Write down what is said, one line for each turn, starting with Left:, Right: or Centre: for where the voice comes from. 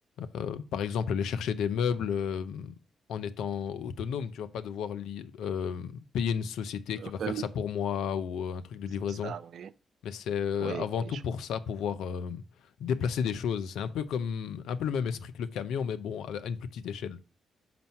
Left: euh, par exemple, aller chercher des meubles euh, en étant autonome, tu vas pas devoir li- euh, payer une société qui
Right: Enfin,
Left: va faire ça pour moi ou euh, un truc de
Right: c'est
Left: livraison.
Right: ça, oui.
Left: mais c'est euh,
Right: Oui,
Left: avant
Right: oui,
Left: tout pour ça, pouvoir euh, déplacer des choses. C'est un peu comme, un peu le même esprit que le camion, mais bon, à à une plus petite échelle.